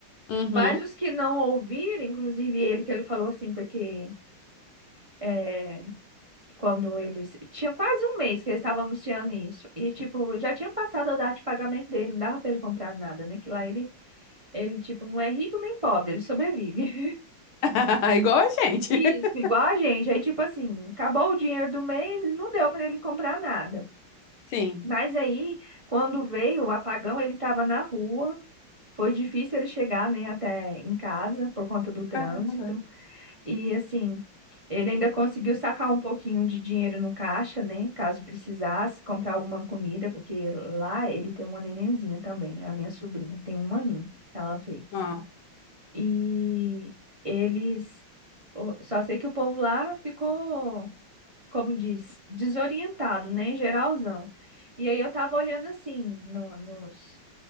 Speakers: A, on the left; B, on the right.
A: Uhum.
B: Mas os que não ouviram, inclusive ele que ele falou assim, porque. eh, quando eles. Tinha quase um mês que eles estavam anunciando isso. E, tipo, já tinha passado a data de pagamento dele, não dava pra ele comprar nada, né? Que lá ele, ele, tipo, não é rico nem pobre, ele sobrevive.
A: <laughs> Igual a
B: <laughs>
A: gente.
B: Isso,
A: <laughs>
B: igual a gente. Aí, tipo assim, acabou o dinheiro do mês e não deu pra ele comprar nada.
A: Sim.
B: Mas aí, quando veio o apagão, ele tava na rua. Foi difícil ele chegar, né, até em casa por conta do trânsito.
A: Caramba.
B: E assim, ele ainda conseguiu sacar um pouquinho de dinheiro no caixa, né? Caso precisasse comprar alguma comida, porque lá ele tem uma nenenzinha também, a minha sobrinha, tem um aninho que ela fez.
A: Ah,
B: E eles. o- Só sei que o povo lá ficou, como diz, desorientado, né? Geralzão. E aí eu tava olhando assim, no, nos